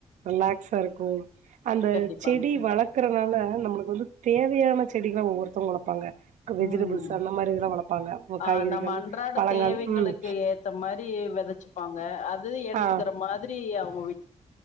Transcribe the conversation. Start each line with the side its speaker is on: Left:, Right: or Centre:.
Right: ரிலாக்ஸா இருக்கு அந்த
Left: கண்டிப்பாங்க
Right: செடி வளர்க்கறனால நம்மளுக்கு வந்து தேவையான செடிங்களா ஒவ்வொருத்தகளு வளப்பாங்க வெஜிடபிள்ஸ்
Left: ம்
Right: அந்த மாரி இதெல்லா வளப்பாங்க
Left: ஆ
Right: காய்கறிகள்
Left: நம்ம அன்றாட
Right: பழங்கள்
Left: தேவைங்களுக்கு
Right: ம்
Left: ஏத்த மாரி வெதச்சுப்பாங்க அ து எடுத்துக்கற
Right: ஆ
Left: மாதிரி அவுங்க வி